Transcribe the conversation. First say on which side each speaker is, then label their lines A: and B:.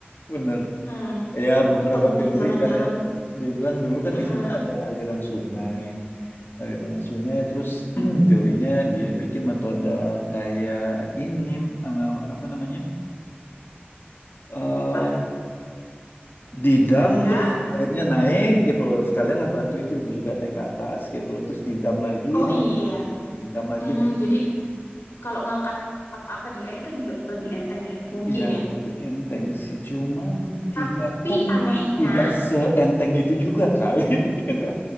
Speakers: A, on the left (about 55°); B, on the left (about 80°).
A: benar.
B: hmm.
A: Ya, beberapa
B: atau mungkin
A: teori
B: jangan-jangan
A: kan dibilang dulu kan
B: mm-mm,
A: di sana ada aliran sungai, aliran sungai terus <clears throat> teorinya dia bikin metode kayak ini amal apa namanya? eh
B: apa
A: didam
B: kayak
A: terus airnya naik gitu loh. Sekalian lah batu itu juga naik ke atas gitu loh. Terus didam lagi,
B: oh
A: naik,
B: i- iya
A: didam lagi
B: hmm,
A: naik.
B: jadi kalau ngangkat apa-apa di air kan juga lebih enteng ya mungkin
A: Iya,
B: ya
A: enteng sih. Cuman tiga
B: tapi
A: ton
B: anehnya
A: tidak seenteng itu juga kali. <laughs> Enggak.